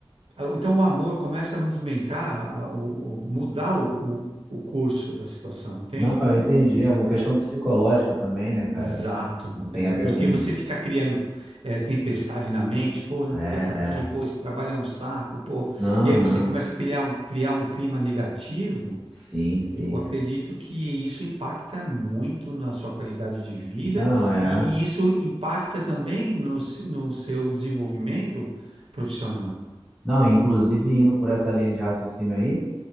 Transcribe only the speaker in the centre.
Não, eu entendi, é uma questão psicológica também, né, cara?
Não tem
a ver
com.
É, é.
não,
não,
sim, sim.
Não, é.
Não, inclusive indo por essa linha de raciocínio aí.